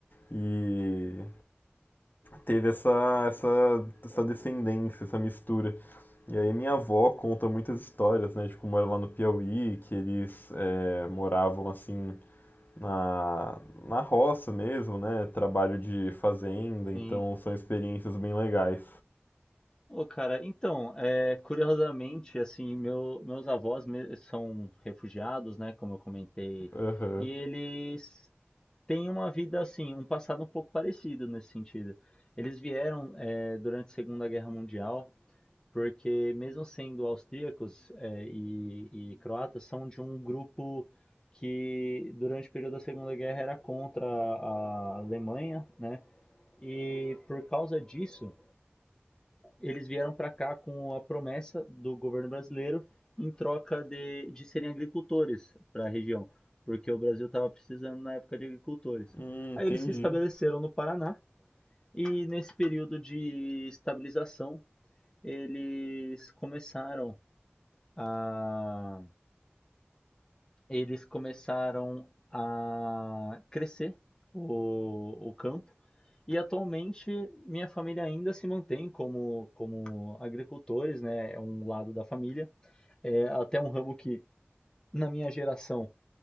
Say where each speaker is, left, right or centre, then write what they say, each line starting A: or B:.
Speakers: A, on the left; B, on the left.
A: E teve essa, essa, essa descendência, essa mistura. E aí minha avó conta muitas histórias, né, de como era lá no Piauí, que eles eh, moravam assim na, na roça mesmo, né, trabalho de fazenda, então
B: Sim.
A: são experiências bem legais.
B: Ô, cara, então, é, curiosamente, assim, meu, meus avós me- são refugiados, né, como eu comentei,
A: Aham,
B: e eles tem uma vida assim, um passado um pouco parecido nesse sentido. Eles vieram eh, durante a Segunda Guerra Mundial, porque mesmo sendo austríacos eh, e, e croatas, são de um grupo que durante o período da Segunda Guerra era contra a Alemanha, né? E por causa disso, eles vieram para cá com a promessa do governo brasileiro em troca de, de serem agricultores para a região, porque o Brasil estava precisando na época de agricultores.
A: Hum, entendi.
B: Aí eles se estabeleceram no Paraná e nesse período de estabilização eles começaram a eles começaram a crescer o, o campo. E atualmente minha família ainda se mantém como, como agricultores, né? É um lado da família. É até um ramo que, na minha geração,